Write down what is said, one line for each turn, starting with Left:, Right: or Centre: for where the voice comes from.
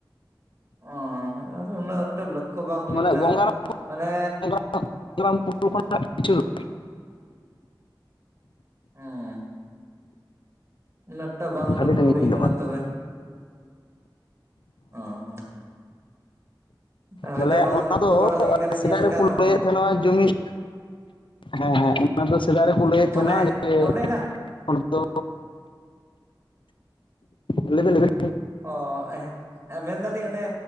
Right: ᱚ ᱟᱨ ᱩᱱᱟᱹᱜ ᱮᱠᱴᱟ ᱞᱚᱠᱠᱷᱚ ᱵᱟᱝ ᱦᱩᱭ
Left: ᱢᱟᱱᱮ
Right: ᱞᱮᱱᱟ
Left: ᱜᱚᱝᱜᱟᱨᱟᱢ
Right: ᱢᱟᱱᱮ
Left: <inaudible>
Right: ᱦᱩᱸ ᱩᱱᱟᱹᱜ ᱮᱠᱴᱟ ᱵᱟᱝ ᱞᱚᱠᱠᱷᱚ
Left: ᱟᱹᱰᱤ ᱥᱟᱺᱜᱤᱧ
Right: ᱦᱩᱭ ᱟᱠᱟᱱᱟ
Left: ᱫᱚ ᱵᱟᱝ
Right: ᱛᱚᱵᱮ ᱚ᱾ <inaudible> ᱦᱳᱭᱛᱳ
Left: ᱵᱚᱞᱮ
Right: ᱵᱟᱝ
Left: ᱚᱱᱟ
Right: ᱞᱚᱠᱠᱷᱚ
Left: ᱫᱚ
Right: ᱵᱟᱲᱟ ᱦᱩᱭ ᱠᱟᱱᱟ
Left: ᱥᱮᱫᱟᱭ
Right: ᱧᱮᱞ
Left: ᱨᱮᱠᱚ
Right: ᱠᱟᱱ ᱨᱮᱦᱚᱸ
Left: ᱞᱟᱹᱭ‌ᱮᱫ ᱛᱟᱦᱮᱱᱟ ᱡᱩᱢᱤᱫ ᱦᱮᱸ ᱦᱮᱸ ᱚᱱᱟ ᱫᱚ ᱥᱮᱫᱟᱭ ᱨᱮᱠᱚ ᱞᱟᱹᱭᱮᱫ
Right: ᱢᱟᱱᱮ
Left: ᱛᱟᱦᱮᱱᱟ ᱡᱮ
Right: ᱚᱱᱮᱱᱟ
Left: <inaudible> ᱫᱚ <inaudible> ᱞᱟᱹᱭᱵᱮᱱ ᱞᱟᱹᱭᱵᱮᱱ
Right: ᱚ ᱢᱮᱱᱫᱟᱞᱤᱧ ᱚᱱᱮ